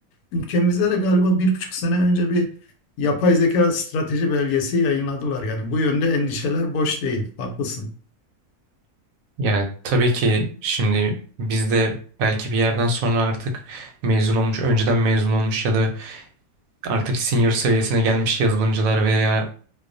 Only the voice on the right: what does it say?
Yani tabii ki şimdi biz de belki bir yerden sonra artık mezun olmuş, önceden mezun olmuş ya da artık senior seviyesine gelmiş yazılımcılar veya